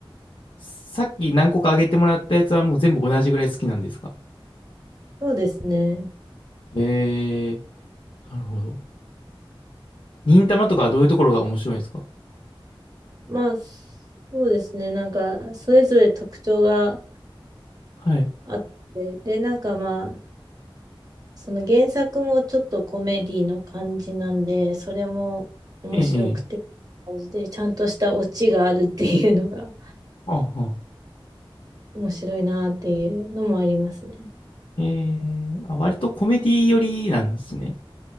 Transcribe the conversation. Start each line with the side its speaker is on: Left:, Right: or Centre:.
Left: さっき何個か挙げてもらったやつはもう全部同じぐらい好きなんですか
Right: そうですね。
Left: ええー、なるほど。忍たまとかはどういうところが面白いんですか
Right: まあ、そうですね。なんか、それぞれ特徴が
Left: はい。
Right: あって、で、なんかまあ、その原作もちょっとコメディの感じなんで、それも面白くて、
Left: ええ、ええ。
Right: 感じで、ちゃんとしたオチがあるっていうのが
Left: はあ、はあ。
Right: <laughs> 面白いなっていうのもありますね。
Left: ええ、あ、割とコメディ寄りなんですね。